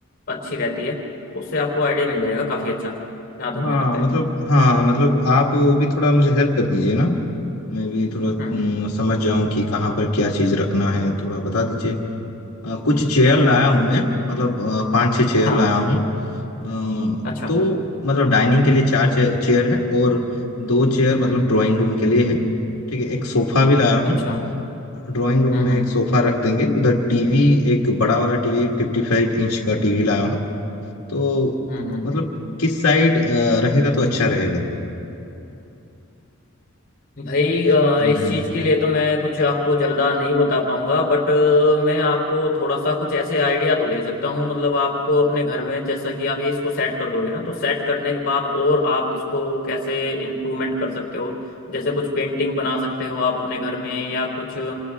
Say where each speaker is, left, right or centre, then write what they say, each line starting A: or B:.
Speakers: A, on the left (about 40°); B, on the left (about 65°).
A: अच्छी रहती है उससे आपको आइडिया मिल जाएगा काफ़ी अच्छा जहाँ तक मुझे
B: हाँ
A: लगता है
B: मतलब हाँ मतलब आप भी थोड़ा मुझे हेल्प कर दीजिए ना मैं भी थोड़ा हम्म,
A: हम्म
B: समझ जाऊं कि कहाँ पर क्या चीज़ रखना है थोड़ा बता दीजिए अ, कुछ चेयर लाया हूँ मैं मतलब अ, पांच छह चेयर
A: हाँ
B: लाया हूँ अ,
A: अच्छा
B: तो मतलब डाइनिंग के लिए चार चे, चेयर है और दो चेयर
A: हम्म
B: मतलब
A: हम्म
B: ड्राइंग रूम के लिए है ठीक है एक सोफा भी लाया हूँ
A: अच्छा
B: ड्राइंग रूम
A: हम्म
B: में
A: हम्म
B: एक सोफा रख देंगे उधर टीवी एक बड़ा वाला टीवी फिफ्टी फाइव इंच का टीवी लाया हूँ तो
A: हम्म हम्म हम्म।
B: मतलब किस साइड रहेगा तो अच्छा रहेगा
A: भाई
B: किस
A: अ,
B: दिशा में
A: इस
B: रहेगा
A: चीज़ के लिए तो मैं कुछ आपको ज़्यादा नहीं बता पाऊंगा बट मैं आपको थोड़ा सा कुछ ऐसे आइडिया तो दे सकता हूँ मतलब आपको अपने घर में जैसा कि आप ये इसको सेट कर दोगे ना तो सेट करने के बाद और आप इसको कैसे इम्प्रूवमेंट कर सकते हो जैसे कुछ पेंटिंग बना सकते हो आप अपने घर में या कुछ अ,